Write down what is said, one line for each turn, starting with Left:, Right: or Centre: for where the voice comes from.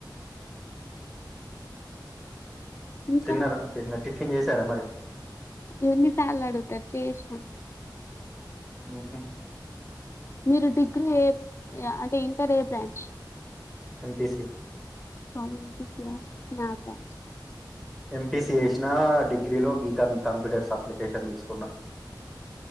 Left: ఇంకా
Centre: తిన్నరా తిన్లే టిఫిన్ చేసారా మరి
Left: ఎన్నిసార్లు అడుగుతరు చేసిన
Centre: ఉమ్ హు
Left: మీరు డిగ్రీ ఏ అంటే ఇంటర్ ఏ బ్రాంచ్
Centre: ఎంపిసి
Left: బాబోయ్ ఎంపిసి యా నాకా
Centre: ఎంపిసి చేసినా డిగ్రీలో బీకాం కంప్యూటర్స్ అప్లికేషన్ దీసుకున్నా